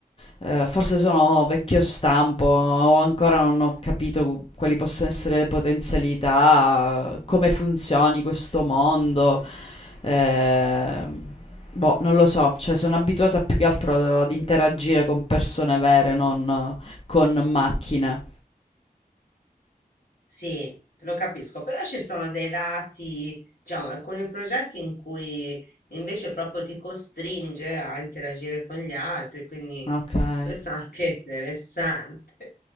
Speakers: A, on the left; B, on the left.
A: ehm, forse sono vecchio stampo o ancora non ho capito quali possono essere le potenzialità, come funzioni questo mondo. Ehm, boh, non lo so, cioè sono abituata più che altro ad ad interagire con persone vere, non eh, con macchine.
B: Sì, lo capisco, però ci sono dei lati, diciamo, alcuni progetti in cui invece proprio ti costringe a interagire con gli altri, quindi
A: Okay.
B: questo è anche <laughs> interessante.